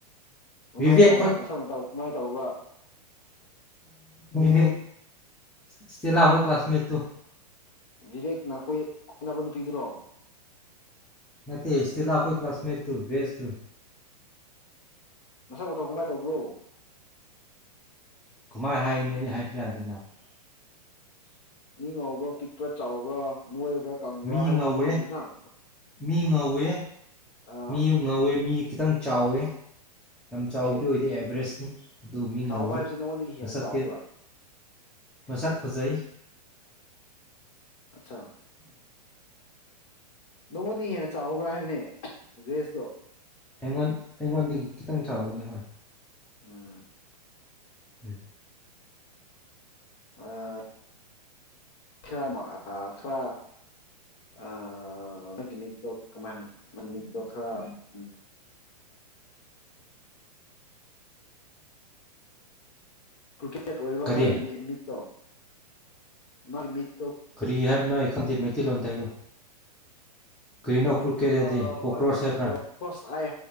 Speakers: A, on the left; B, in the centre.
A: ꯃꯃꯥꯏ
B: ꯚꯤꯕꯦꯛ
A: ꯑꯥ ꯃꯁꯛ ꯃꯇꯧ ꯀꯃꯥꯏ ꯇꯧꯕ꯭ꯔꯥ
B: ꯕꯤꯕꯦꯛ ꯆꯦꯂꯥꯛꯈꯣꯏ ꯀ ꯀ꯭ꯂꯥꯁꯃꯦꯠ ꯇꯣ
A: ꯚꯕꯦꯛꯅ ꯀꯣꯏ ꯀꯣꯢꯅꯕ ꯅꯨꯄꯤꯗꯨ꯭ꯔꯣ
B: ꯅꯠꯇꯦ ꯏꯁꯇꯤꯂꯥ ꯈꯣꯏ ꯀ꯭ꯂꯁꯃꯦꯠꯇꯨ ꯊ ꯦꯁ ꯊ
A: ꯃꯁꯛ ꯃꯇꯧ ꯀꯃꯥꯏ ꯇꯧꯕ꯭ꯔꯣ
B: ꯀꯃꯥꯏ ꯍꯥꯏꯅꯤ ꯍꯥꯏꯕ ꯌꯥꯗꯦ
A: <unintelligible> ꯃꯤ ꯉꯧꯕ꯭ꯔꯥ ꯄꯤꯛꯄ꯭ꯔꯥ ꯆꯥꯎꯕ꯭ꯔꯥ ꯅꯣꯏꯕꯥ ꯀꯪꯕ꯭ꯔꯥ
B: ꯃꯤ
A: ꯍꯥꯏꯕ
B: ꯉꯧꯋꯦ
A: ꯑꯃ ꯂꯩꯗꯅ
B: ꯃꯤ ꯉꯧꯋꯦ
A: ꯑꯥ
B: ꯃꯤ ꯉꯧꯋꯦ ꯃꯤ ꯈꯤꯇꯪ ꯆꯥꯎꯋꯦ ꯌꯥꯝ
A: ꯑꯣꯀꯦ
B: ꯆꯥꯎꯕꯗꯤ ꯑꯣꯏꯗꯦ ꯑꯦꯚꯔꯦꯁꯅꯤ ꯑꯗꯨ ꯃꯤ
A: ꯆꯥꯎꯕ
B: ꯉꯧꯋꯦ
A: ꯍꯥꯏꯕꯁꯤ ꯅꯪꯉꯣꯟꯗꯒꯤ ꯍꯦꯟꯅ
B: ꯃꯁꯛꯇꯤ
A: ꯆꯥꯎꯕ꯭ꯔꯥ
B: ꯃꯁꯛ ꯐꯖꯩ
A: ꯑꯆꯥ ꯅꯪꯉꯣꯟꯗꯤ ꯍꯦꯟꯅ ꯆꯥꯎꯕ꯭ꯔꯥ ꯍꯥꯏꯕꯅꯦ ꯒ꯭ꯔꯦꯁꯇꯣ
B: ꯑꯩꯉꯣꯟ ꯑꯩꯉꯣꯟꯗꯒꯤ ꯈꯤꯇꯪ ꯆꯥꯎꯕꯅꯤ ꯍꯣꯏ
A: ꯎꯝ
B: ꯎꯝ
A: ꯑ ꯈꯔ ꯈꯔ ꯑ ꯅꯪꯒꯤ ꯃꯤꯠꯇꯣ ꯀꯃꯥꯏꯅꯤ ꯅꯒꯤ ꯃꯤꯠꯇꯣ ꯈꯔ ꯎꯝ ꯀꯀꯤꯦ <unintelligible> ꯏꯁꯦꯠ ꯑꯣꯏꯕ
B: ꯀꯔꯤ
A: ꯃꯥꯒꯤ ꯃꯤ ꯃꯤꯠꯇꯣ ꯃ ꯃꯤꯠ
B: ꯀꯔꯤ ꯍꯥꯏꯕꯅꯣ ꯑꯩ ꯈꯪꯗꯦ ꯃꯩꯇꯩꯂꯣꯟꯇ ꯍꯥꯏꯌꯨ ꯀꯔꯤꯅꯣ ꯀ꯭ꯔꯨꯀꯦꯠ ꯍꯥꯏꯗꯤ
A: ꯑꯣ ꯑ
B: ꯀꯣꯀ꯭ꯔꯣꯁ
A: ꯃꯣꯏꯒꯤ ꯃꯤꯠꯇꯣ
B: ꯍꯥꯏꯕ꯭ꯔꯥ
A: ꯈ꯭ꯔꯣꯁ ꯑꯥꯏ